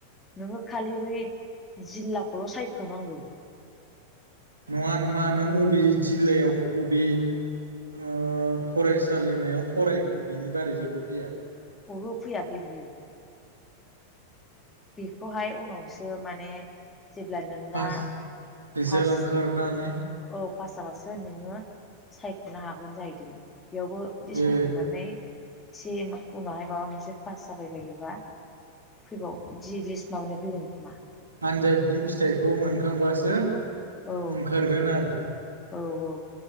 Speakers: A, on the left; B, on the right.
A: नोङो खालि बै जिल्लाखौल' सायख' नांगौ।
B: नङा नङा नों बबे जिल्लायाव बबे ओ फरायसालिमायाव फरायगोन बिनि बारै जेबो फैया?
A: ओहो फैयाखै बियो। बेखौहाय उनावसो माने जेब्ला नोंना
B: पास रिजाल्ट
A: पास
B: ओंखारनानै
A: औ पास जाबासो नोङो सायख'नो हागोन जाहैदों बेयावबो लिसफैखांनानै
B: ए
A: सिम उनावहाय माबा मोनसे पास जाबायबायोबा फैबाव जि लिस्ट माबानाय फैगोन खोमा?
B: आनजादनि फिथाइखौ मोनखांबासो
A: औ
B: ओंखारगोन आरो
A: औ औ